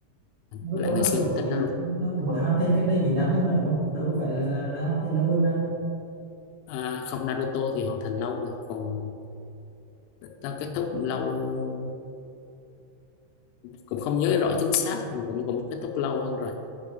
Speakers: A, on the right (about 60°); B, on the left (about 90°).
A: Naruto
B: với lại ngày
A: nó
B: xưa
A: cũng
B: cũng
A: mới
B: thích Naruto
A: nó cũng mới hoàn thành cách đây mấy năm thôi mà đúng không đâu có phải là là, là hoàn thành lâu rồi mà
B: à, không Naruto thì hoàn thành lâu rồi còn tao kết thúc cũng lâu cũng không nhớ rõ chính xác nhưng mà cũng cũng kết thúc lâu hơn rồi